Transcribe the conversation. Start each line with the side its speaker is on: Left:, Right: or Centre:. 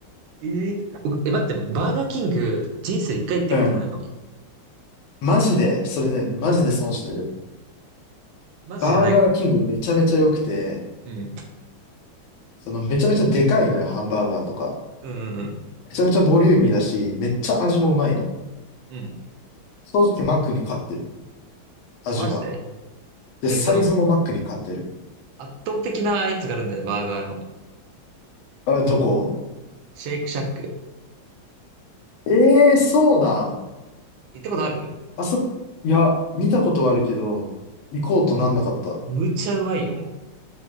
Right: えー、おえ、待って、僕バーガーキング、人生一回行ってこともないかも。
Left: うん。マジで、それね、マジで損してる。
Right: うんマジじゃないか
Left: バーガーキングめちゃめちゃ良くて、
Right: も。うん。
Left: そのめちゃめちゃでかいのよ、ハンバーガーとか。
Right: うんうんうん。
Left: めちゃめちゃボリューミーだし、めっちゃ味もうまいの。
Right: うん。
Left: 正直マックに勝ってる。味は。
Right: あマジで
Left: で、
Right: なんかさ、
Left: サイズもマックに勝ってる。
Right: 僕、圧倒的なやつがあるんだよね、バーガーの。
Left: あ、どこ
Right: シェイクシャック。
Left: ええー、そうなん。
Right: 行ったことある
Left: あそ、いや、見たことはあるけど、行こうとなんなかった。
Right: む、むちゃうまいよ、も